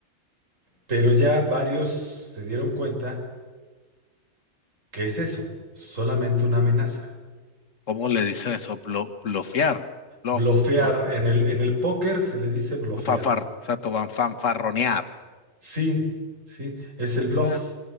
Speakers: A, on the right; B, on the left.
A: pero ya varios se dieron cuenta que es eso, solamente una amenaza.
B: ¿Cómo le dicen eso? Blo- blofear, bluff,
A: Blofear,
B: no,
A: en el, en el póker se le dice blofear.
B: fanfar, exacto, van fanfarronear.
A: Sí, sí, es el bluff,
B: Bueno,